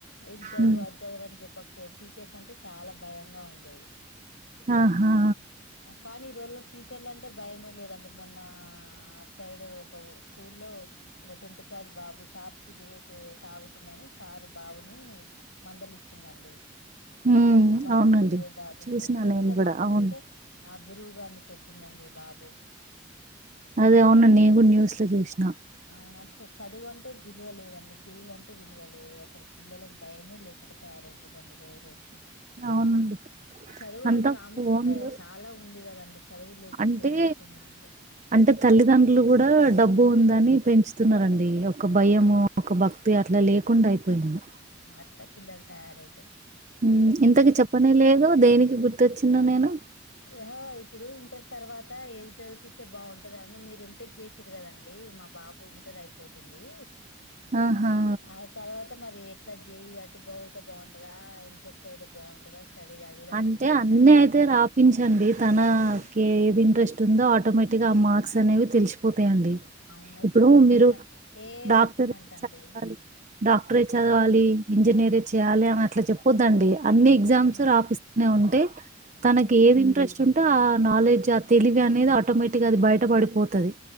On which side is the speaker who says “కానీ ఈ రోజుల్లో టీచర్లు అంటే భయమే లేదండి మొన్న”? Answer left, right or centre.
Left